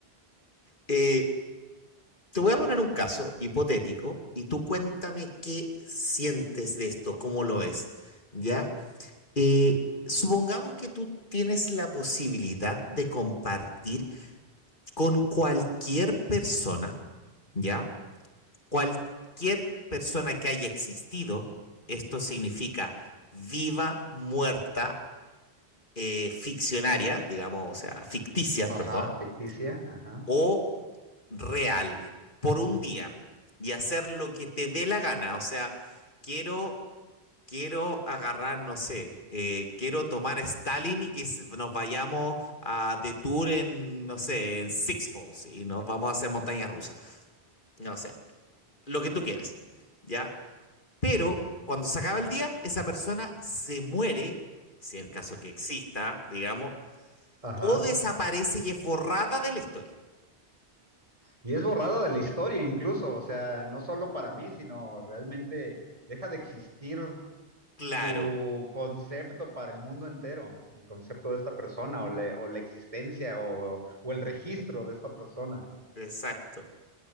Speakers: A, on the left; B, on the right.
A: eh, Te voy a poner un caso hipotético y tú cuéntame qué sientes de esto, cómo lo es, ¿ya? Eh, supongamos que tú tienes la posibilidad de compartir con cualquier persona, ¿ya? Cualquier persona que haya existido, esto significa viva, muerta, eh, ficcionaria, digamos, o sea, ficticia,
B: Ajá,
A: perdón,
B: ficticia. Ajá.
A: o real por un día y hacer lo que te dé la gana. O sea, quiero, quiero agarrar, no sé, eh, quiero tomar Stalin y que s- nos vayamos a de tour en, no sé, en Six Falls y nos vamos a hacer montañas rusas. No sé, lo que tú quieras, ¿ya? Pero cuando se acaba el día, esa persona se muere, si en el caso que exista, digamos,
B: Ajá.
A: o desaparece y es borrada de la historia.
B: Y es borrada de la historia incluso, o sea, no solo para mí, sino realmente deja de existir
A: Claro,
B: su concepto para el mundo entero, el concepto de esta persona o, le- o la existencia o, o el registro de esta persona.
A: exacto.